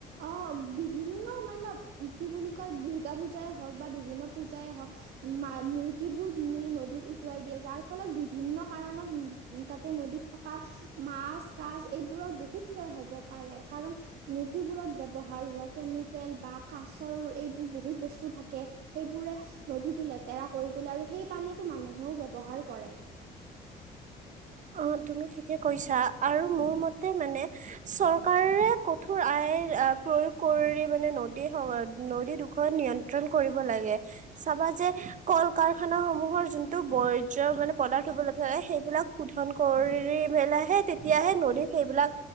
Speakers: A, on the right (about 75°); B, on the right (about 50°).
A: আহ বিভিন্ন মতলব কি বুলি কয় দূৰ্গা পূজাই হওক বা বিভিন্ন পূজাই হওক মা মূৰ্তিবোৰ নি নদীত উটুৱাই দিয়ে যাৰ ফ ফলত বিভিন্ন কাৰণত উম তাতে নদীত থকা মাছ কাছ এইবোৰৰ বহুত ক্ষয় হ'ব পাৰে কাৰণ মূৰ্তিবোৰত ব্যৱহাৰ হোৱা কেমিকেল বা কাচৰ এইবোৰ বহুত বস্তু থাকে সেইবোৰে নদীতো লেতেৰা কৰি তোলে আৰু সেই পানীটো মানুহেও ব্যৱহাৰ কৰে
B: অ তুমি ঠিকে কৈছা আৰু মোৰ মতে মানে চৰ কাৰে কঠোৰ আইন আ প্ৰয়োগ কৰি মানে নদ দী সময়ত নদী দুখন নিয়ন্ত্ৰণ কৰিব লাগে চাবা যে কল কাৰখানা সমূহৰ যোনটো বৰ্জ্য মানে পদাৰ্থ হ'ব লাগে সেইবিলাক শোধন কৰি মেলাইহে তেতিয়াহে নদীত সেইবিলাক